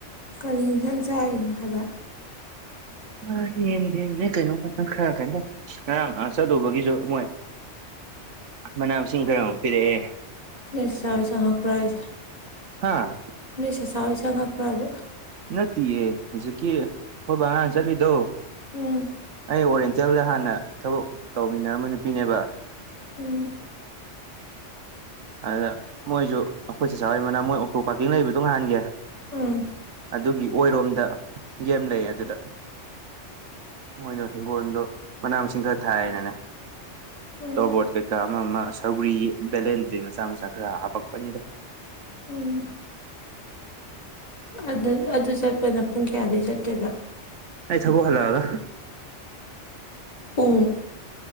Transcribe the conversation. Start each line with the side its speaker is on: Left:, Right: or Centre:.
Left: ꯀꯔꯤ ꯏꯟꯁꯥꯡ ꯆꯥꯔꯤꯅꯣ ꯍꯥꯏꯕ
Right: ꯑ ꯌꯦꯡꯗꯦ ꯅ ꯀꯩꯅꯣ ꯈꯪ ꯈꯔ ꯀꯝꯇ ꯉꯔꯥꯡ ꯑꯥ ꯆꯠꯂꯨꯕꯒꯤꯖꯨ ꯃꯣꯏ ꯃꯅꯥ ꯃꯁꯤꯡ ꯀꯔꯃꯨꯛ ꯄꯤꯔꯛꯑꯦ
Left: ꯂꯩꯁꯥ ꯍꫭꯏ ꯆꯪꯉꯛꯄꯔ ꯍꯥꯏꯖꯦ
Right: ꯍꯥꯥ
Left: ꯅꯣꯏ ꯆꯆꯥꯥ ꯈꫭꯏ ꯆꯪꯉꯛꯄꯔꯕ
Right: ꯅꯠꯇꯤꯌꯦ ꯍꯧꯖꯤꯛꯀꯤ ꯑꯩꯈꯣꯏ ꯕꯥ ꯍꯥꯟꯅ ꯆꯠꯂꯤꯗꯣ
Left: ꯎꯝ
Right: ꯑꯩ ꯑꯣꯔꯦꯟ ꯇꯦꯜꯗ ꯍꯥꯟꯅ ꯊꯕꯛ ꯇꯧꯃꯤꯟꯅꯔꯝꯕ ꯅꯨꯄꯤꯅꯦꯕ
Left: ꯎꯝ
Right: ꯑꯗ ꯃꯣꯏꯖꯨ ꯑꯩꯈꯣꯏ ꯆꯆꯥ ꯍꫭꯏ ꯃꯅꯥꯛ ꯃꯣꯏ ꯑꯣꯇꯣ ꯄꯥꯛꯀꯤꯡ ꯂꯩꯕꯗꯣ ꯅꯍꯥꯟꯒꯤ
Left: ꯎꯝ
Right: ꯑꯗꯨꯒꯤ ꯑꯣꯏꯔꯣꯝꯗ ꯌꯦꯝ ꯂꯩ ꯑꯗꯨꯗ ꯃꯣꯏꯅ ꯍꯤꯡꯒꯣꯜꯗꯣ ꯃꯅꯥ ꯃꯁꯤꯡ ꯈꯔ ꯊꯥꯏꯌꯦꯅꯅꯦ
Left: ꯎꯝ
Right: ꯇꯣꯕꯣꯠ ꯀꯩꯀꯥ ꯑꯃ ꯑꯃ ꯁꯧꯒꯔꯤ ꯕꯦꯂꯦꯟꯗꯔꯤ ꯃꯆꯥ ꯃꯆꯥ ꯈꯔ ꯍꯥꯞꯄꯛꯄꯅꯤꯗ
Left: ꯎꯝ ꯑꯗ ꯑꯗꯨ ꯆꯠꯄꯅ ꯄꯨꯡ ꯀꯌꯥꯗꯩ ꯆꯠꯇꯣꯏꯕ
Right: ꯑꯩ ꯊꯕꯛ ꯍꯜꯂꯛꯑꯒ
Left: ꯄꯨꯡ